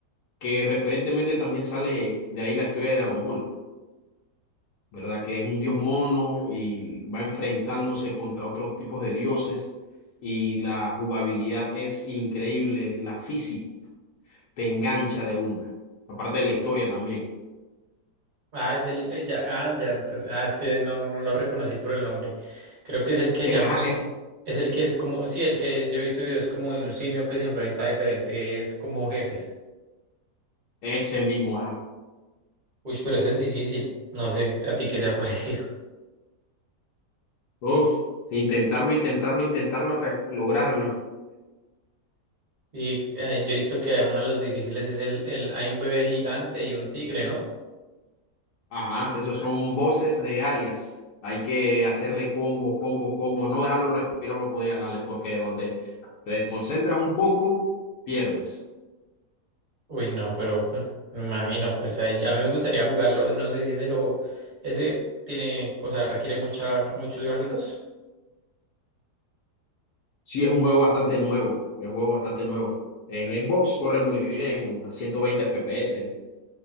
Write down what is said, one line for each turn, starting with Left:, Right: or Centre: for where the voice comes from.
Left: que referentemente también sale de ahí la historia de Dragon Ball. ¿verdad? Que es un dios mono y va enfrentándose contra otros tipos de dioses y la jugabilidad es increíble, la física te engancha de una, aparte de la historia también. <laughs>
Right: Ah, es el, eh, ya, ah, ya, ent- ah, es que no, no lo reconocí por el nombre. Creo que es el que
Left: Es,
Right: llaman
Left: ajá,
Right: así.
Left: es
Right: Es el que es como, sí, el que yo he visto videos como de un simio que se enfrenta a diferentes como jefes.
Left: ese mismo, ajá.
Right: Uy, pero ese es difícil. No sé a ti qué te ha <laughs> parecido.
Left: Uf, intentarlo, intentarlo, intentarlo hasta lograrlo.
Right: Y eh, yo he visto que uno de los difíciles es el, el, hay un bebé gigante y un tigre, ¿no?
Left: Ajá, esos son voces de áreas. Hay que hacerle combo, combo, combo, no dejarlo respirar para poder ganarle, porque donde te desconcentras un poco, pierdes.
Right: Uy, no, pero mm, me imagino, pues ahí- a mí me gustaría jugarlo, no sé si ese lo, ese tiene, o sea, requiere mucha, muchos gráficos.
Left: Sí, es un juego bastante nuevo, es un juego bastante nuevo. En Xbox corre muy bien, a 120 FPS,